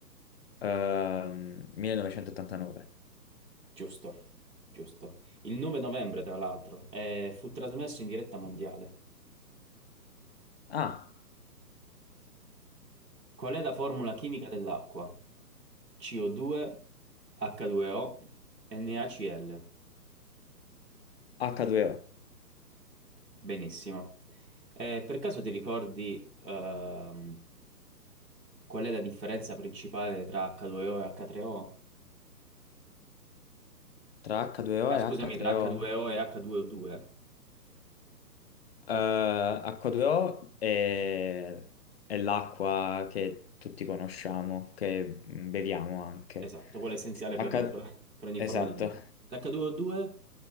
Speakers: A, on the left (about 40°); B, on the right (about 80°).
A: Ehm, 1989.
B: Giusto, giusto. Il 9 novembre, tra l'altro, eh, fu trasmesso in diretta mondiale.
A: Ah,
B: Qual è la formula chimica dell'acqua? CO2, H2O, NaCl.
A: H2O.
B: Benissimo. Eh, per caso ti ricordi, ehm, qual è la differenza principale tra H2O e H3O?
A: Tra H2O
B: Ah, scusami,
A: e H3O.
B: tra H2O e H2O2?
A: Eh, H2O è, è l'acqua che tutti conosciamo, che mm, beviamo anche.
B: Esatto, quello è essenziale
A: H...
B: per, per- per ogni
A: Esatto.
B: forma di vita. L'H2O2?